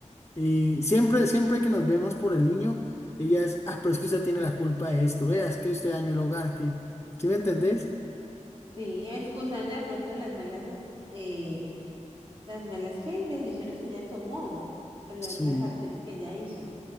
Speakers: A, on the left (about 20°); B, on the right (about 45°).
A: eh, siempre, siempre que nos vemos por el niño, ella es, ah, pero es que usted tiene la culpa de esto, vea, es que usted dañó el hogar, que, ¿sí me entendés?
B: Sí, excusando de pronto las malas, ac- eh, las malas ¿qué? decisiones que ella tomó, o las
A: Sí.
B: malas acciones que ella hizo.